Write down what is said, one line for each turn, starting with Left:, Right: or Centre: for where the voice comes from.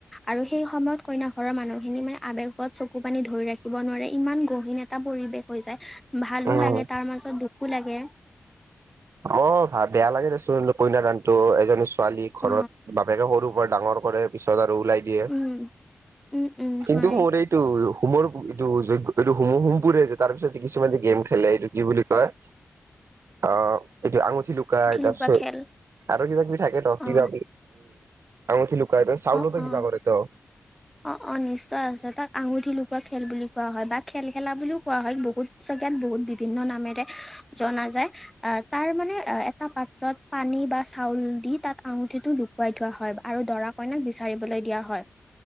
Centre: আৰু সেই সময়ত কইনা ঘ ৰৰ মানুহখিনি মানে আৱেগত চকু পানী ধৰি ৰাখিব নোৱাৰে, ইমান গহীন এটা পৰিবেশ হৈ যায়। ভাল ভালো
Right: উম
Centre: লাগে তাৰ মাজত দুখো লাগে।
Right: অ' ভাই বেয়া লাগে দেচোন কইনা দানটো, এজন ছোৱালী ঘৰত
Centre: অ
Right: বাপেকে সৰু পৰা ডাঙৰ কৰে, পিছত আৰু ওলাই দিয়ে।
Centre: উম উম উম
Right: কিন্তু
Centre: হয়
Right: মোৰ এইটো হো'মৰ এইটো যজ্ঞ এইটো হুম হোম পুৰে যে তাৰপিছত কিছুমান যে গেম খেলে এইটো কি বুলি কয় অ' এইটো আঙুঠি লুকাই, তাৰ
Centre: লুকুৱা
Right: পিছত
Centre: খেল
Right: আৰু কিবা কিবি থাকে ত কিবা
Centre: অ
Right: আঙঠি লুকাই, চাউলত
Centre: অ অ
Right: কিবা কৰে তো।
Centre: অ', অ', নিশ্চয় আছে। তাক আঙুঠি লুকুৱা খেল বুলি কোৱা হয় বা খেল খেলা বুলিও কোৱা হয় বহুত াত বহুত বিভিন্ন নামেৰে জনা যায়, আহ তাৰ মানে এটা পাত্ৰত পানী বা চাউল দি তাত আঙুঠিটো লুকুৱাই থোৱা হয় আৰু দৰা কইনাক বিচৰি বলৈ দিয়া হয়।